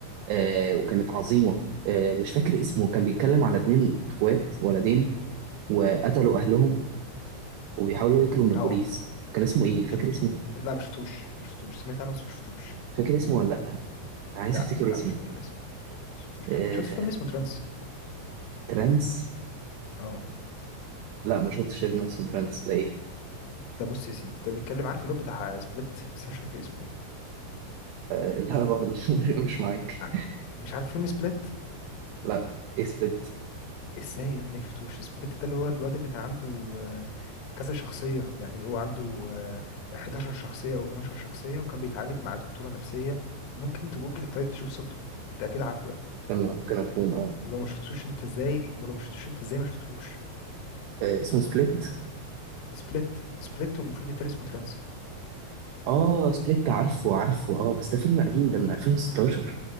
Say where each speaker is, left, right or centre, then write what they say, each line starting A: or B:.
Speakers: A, on the right; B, on the left.
A: آه وكانت عظيمه آه مش فاكر اسمه كان بيتكلم على اتنين اخوات ولدين وقتلوا اهلهم وبيحاولوا يجروا من البوليس
B: اه
A: كان اسمه ايه فاكر
B: شفته
A: اسمه
B: لا ما شفتوش ما شفتوش سمعت عنه بس ما شفتوش
A: فاكر اسمه ولا لا عايز
B: لا
A: افتكر
B: لا
A: اسمه
B: مش فاكر اسمه ما شفتوش
A: آه
B: شفت فيلم اسمه ترانس
A: ترانس
B: اه
A: لا ما شفتش إن اسمه ترانس ده ايه
B: ده بص يا سيدي ده بيتكلم عارف اللي هو بتاع سبليت بس انا مش فاكر اسمه ايه
A: آه لا برضه <laughs> مش معاك
B: ع- مش عارف فيلم سبليت
A: لا إيه سبليت
B: ازاي يا ابني مشفتوش سبليت ده اللي هو الواد اللي كان عنده آه، كذا شخصية يعني هو عنده آه، 11 شخصية او 12 شخصية وكان بيتعالج مع دكتورة نفسية ممكن تجوجل طيب تشوف صورته انت اكيد عارفه يعني
A: استنى ممكن اكون اه
B: ولو ما شفتوش انت ازاي ولو ما شفتوش انت ازاي ما شفتوش
A: آه، اسمه سبليت
B: سبليت سبليت والفيلم التاني اسمه ترانس
A: اه سبليت عارفه عارفه اه بس ده فيلم قديم ده من 2016